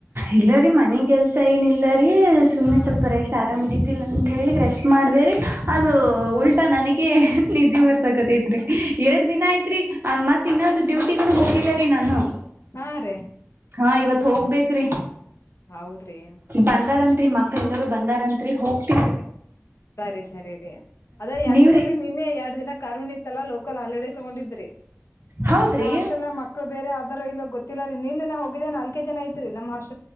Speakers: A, on the right (about 45°); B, on the left (about 60°).
A: ಇಲ್ಲರಿ ಮನಿ ಕೆಲ್ಸ ಏನ ಇಿಲ್ಲರಿ ಸುಮ್ನೆ
B: ಹಾ
A: ಸ್ವಲ್ಪ ರೇಷ್ಟ್ ಆರಾಮ್ದಿ ಲ್ಲ ಅಂತ ಹೇಳಿ ರೆಸ್ಟ್ ಮಾಡ್ದೇರಿ ಅದು ಉಲ್ಟಾ ನನಗೆ ನಿದ್ದೆ ಬರ್ಸಕತ ಇದ್ರಿ ಎರಡ್ ದಿನ ಆಯತ್ರಿ ಮತ್ತ ಮತ್ತ ಇನ್ನೊಂದು ಡ್ಯೂಟಿಗೂ ಹೋಗಿಲ್ಲ ರೀ ನಾನು
B: ಹಾ ರೀ
A: ಹಾ ಇವತ್ ಹೋಗ್ಬೇಕು
B: ಹೌದ್ರಿ
A: ಬಂದಾರತ್ರಿ ಮಕ್ಳ ಎಲ್ಲರೂ ಬಂದಾರಂತ್ರಿ ಹೋಗ್ತನ್
B: ಸರಿ ಸರಿ ರರಿ ಅದೇ
A: ನೀವ್ರಿ
B: ಆಕ್ಚುಲಿ ನಿಮ್ಮೇ ಎರಡ್ ದಿನ ಕಾರ್ಮಣಿತ್ತಲ್ಲಾ ಲೋಕಲ್ ಹಾಲಿಡ ತಗೊಂಡಿದ್ರಿ
A: ಹೌದ್ರಿ
B: ಇನ್ನು ಅಷ್ಟೆಲ್ಲ ಮಕ್ಳು ಬೇರೆ ಆದಾರೂ ಇಲ್ಲ ಗೊತ್ತ ಇಲ್ಲ ರೀ ನೀನ್ನ ಹೋಗಿದ್ದ ನಾಲ್ಕೆ ಜನ ಐತ್ರಿ ನಮ್ಮ್ಷ್ಟ